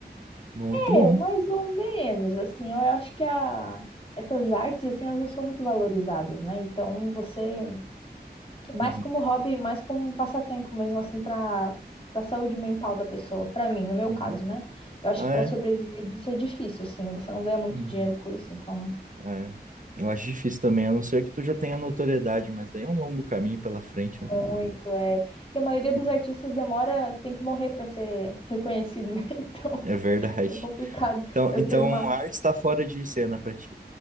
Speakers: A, on the right; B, on the left.
A: muito bom.
B: É, mais ou menos, assim, eu acho que a, essas artes, assim, elas não são muito valorizadas, né? Então, você, mais
A: Uhum.
B: como hobby, mais como um passatempo mesmo, assim, para para saúde mental da pessoa, para mim, no meu
A: Uhum.
B: caso, né? Eu acho
A: Ah,
B: que para sobreviver
A: é.
B: disso é difícil, assim, você não ganha muito
A: Uhum.
B: dinheiro com isso, então,
A: É. Eu acho difícil também, a não ser que tu já tenha notoriedade, mas daí é um longo caminho pela frente, né?
B: muito é. E a maioria
A: Uh.
B: dos artistas demora, tem que morrer para ser reconhecido, né? <laughs> Então,
A: É verdade.
B: é complicado.
A: Então,
B: Eu
A: então
B: tenho uma
A: a arte está fora de cena para ti,